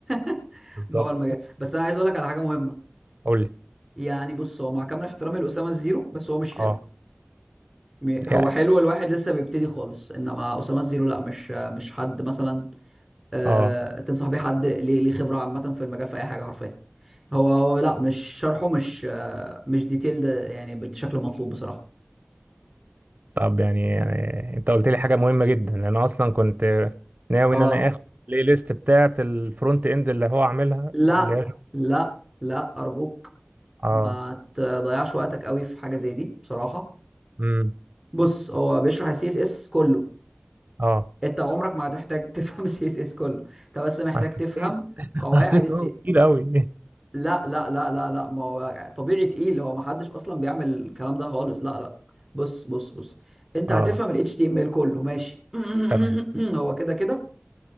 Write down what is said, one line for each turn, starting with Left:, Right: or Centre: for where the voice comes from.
Centre: <laughs>
Right: بالظبط
Centre: بوع المجال بس انا عايز اقول لك على حاجه مهمه
Right: قول لي
Centre: يعني بص هو مع كامل احترامي لاسامه الزيرو بس هو مش حلو
Right: اه
Centre: م- هو
Right: يعني
Centre: حلو الواحد لسه بيبتدي خالص انما اسامه الزيرو لا مش مش حد مثلا آه
Right: اه
Centre: تنصح بيه حد ليه ليه خبره عامه في المجال في اي حاجه حرفيا هو هو لا مش شرحه مش آه مش ديتيلد يعني بالشكل المطلوب بصراحه
Right: طب يعني, يعني انت قلت لي حاجة مهمة جدا انا اصلا كنت ناوي
Centre: اه
Right: ان انا اخد البلاي ليست بتاعة الفرونت اند اللي هو عاملها
Centre: لا
Right: اللي هي
Centre: لا لا ارجوك
Right: اه
Centre: ما تضيعش وقتك قوي في حاجه زي دي بصراحه
Right: امم
Centre: بص هو بيشرح السي اس اس كله
Right: اه
Centre: انت عمرك ما هتحتاج <laughs> تفهم سي اس اس كله انت بس محتاج
Right: انا حسيت
Centre: تفهم قواعد
Right: حسيت
Centre: السي
Right: ان هو كتير قوي
Centre: لا لا لا لا لا ما هو طبيعي تقيل هو ما حدش اصلا بيعمل الكلام ده خالص لا لا بص بص بص انت
Right: اه
Centre: هتفهم ال HTML كله ماشي
Right: تمام
Centre: <clears throat> هو كده كده